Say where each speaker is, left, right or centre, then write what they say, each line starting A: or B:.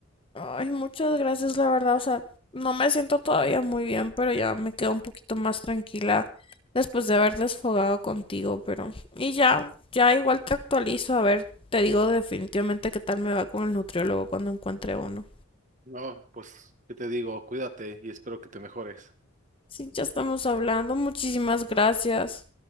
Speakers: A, on the left (about 25°); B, on the right (about 35°).
A: Ay, muchas gracias, la verdad. O sea, no me siento todavía muy bien, pero ya me quedo un poquito más tranquila después de haber desfogado contigo, pero... Y ya, ya igual te actualizo, a ver, te digo definitivamente qué tal me va con el nutriólogo cuando encuentre uno.
B: No, pues, ¿qué te digo? Cuídate y espero que te mejores.
A: Sí, ya estamos hablando. Muchísimas gracias.